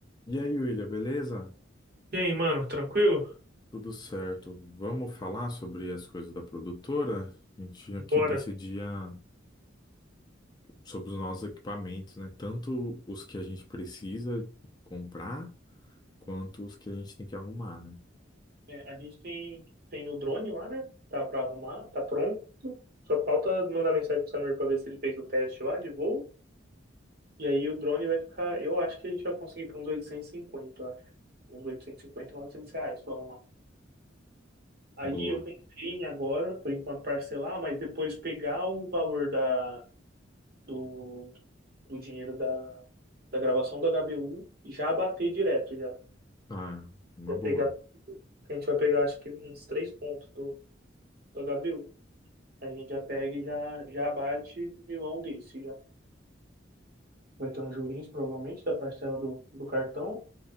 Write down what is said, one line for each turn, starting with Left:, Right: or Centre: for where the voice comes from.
Left: E aí, William, beleza?
Right: E aí, mano, tranquilo?
Left: Tudo certo. Vamos falar sobre as coisas da produtora? A gente tinha que
Right: Bora.
Left: decidir a- sobre os nossos equipamentos, né? Tanto os que a gente precisa comprar, quanto os que a gente tem que arrumar, né?
Right: É, a gente tem, tem o drone lá, né? Tá pra arrumar, tá pronto. Só falta mandar mensagem pro Samir pra ver se ele fez o teste lá de voo. E aí o drone vai ficar. Eu acho que a gente vai conseguir por uns 850, eu acho. Uns 850 900 reais pra arrumar. Aí
Left: Boa.
Right: eu pensei em agora, por enquanto, parcelar, mas depois pegar o valor da, do, do dinheiro da, da gravação do HBU e já bater direto já.
Left: Ah, uma
Right: Vai
Left: boa.
Right: pegar, a gente vai pegar acho que uns três pontos do, Ô, Gabriel, a gente já pega e já, já bate milão desse já. Vai ter um juros, provavelmente, da parcela do, do cartão,